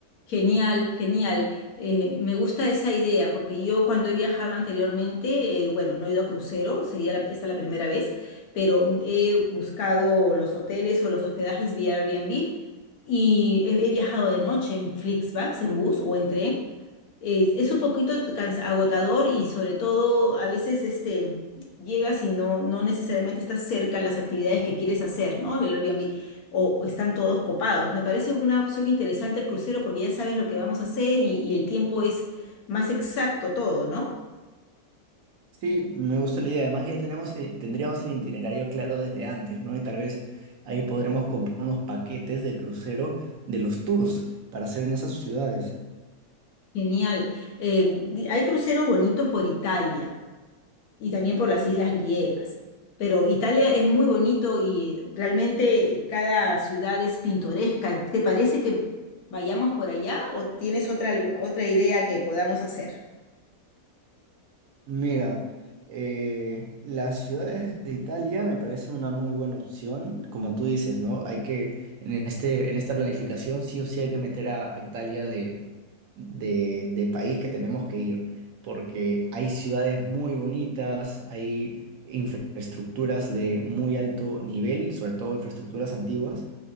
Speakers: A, on the left; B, on the right.
A: Genial, genial. Eh, me gusta esa idea porque yo cuando he viajado anteriormente, eh, bueno, no he ido a crucero, sería la, esta la primera vez, pero mm, he buscado los hoteles o los hospedajes vía Airbnb y he, he viajado de noche en Flixbus, en bus o en tren es, es un poquito cansa- agotador y sobre todo a veces este, llegas y no, no necesariamente estás cerca a las actividades que quieres hacer, ¿no? El Airbnb o, o están todos copados. Me parece una opción interesante el crucero porque ya sabes lo que vamos a hacer y, y el tiempo es más exacto todo, ¿no?
B: Sí, me gusta la idea. Además, ya tenemos, eh, tendríamos el itinerario claro desde antes, ¿no? Y tal vez ahí podremos comprar unos paquetes del crucero de los tours para hacer en esas ciudades.
A: Genial. Eh, di- hay cruceros bonitos por Italia. y también por las islas griegas. Pero Italia es muy bonito y realmente cada ciudad es pintoresca. ¿Te parece que vayamos por allá o tienes otra, otra idea que podamos hacer?
B: Mira, eh, las ciudades de Italia me parecen una muy buena opción, como tú dices, ¿no? Hay que, en este, en esta planificación sí o sí hay que meter a, a Italia de, de, de país que tenemos que ir, porque hay ciudades muy bonitas, hay infraestructuras de muy alto nivel, sobre todo infraestructuras antiguas,